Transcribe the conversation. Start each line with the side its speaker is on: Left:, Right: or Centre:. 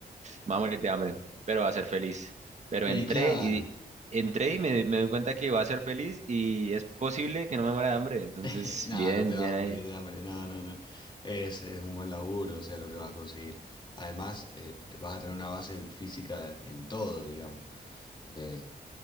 Right: voy a morir de hambre, pero va a ser feliz. Pero
Left: Y
Right: entré
Left: claro,
Right: y, entré y me, me doy cuenta que va a ser feliz y es posible que no me muera de hambre. Entonces,
Left: <laughs> nada,
Right: bien,
Left: no te vas
Right: bien
Left: a
Right: ahí.
Left: morir de hambre, no, no, no. Es, es un buen laburo, o sea, lo que vas a conseguir. Además, eh, vas a tener una base física en todo, digamos. Eh,